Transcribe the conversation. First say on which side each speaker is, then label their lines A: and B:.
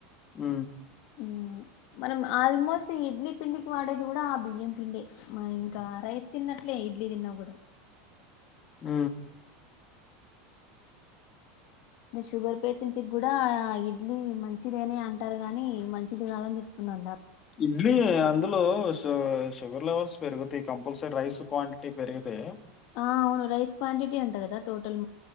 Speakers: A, on the left (about 30°); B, on the left (about 60°).
A: ఆ
B: ఉమ్, మనం ఆల్మోస్ట్ ఇడ్లీ పిండికి వాడేది కూడా ఆ బియ్యం పిండి ఆ ఇంకా రైస్ తిన్నట్లే ఇడ్లీ తిన్నా కూడా
A: ఆ <inaudible>
B: షుగర్ పేషెంట్స్ కూడా ఇడ్లీ మంచిదేనే అంటారు గాని మంచిది కాదని చెప్తున్నాను
A: ఇడ్లీ అందులో షుగర్ లెవెల్స్ పెరుగుతాయి కంపల్సరీ రైస్ క్వాంటిటీ పెరుగుతే
B: ఆ అవును రైస్ క్వాంటిటీ ఉంటది కదా టోటల్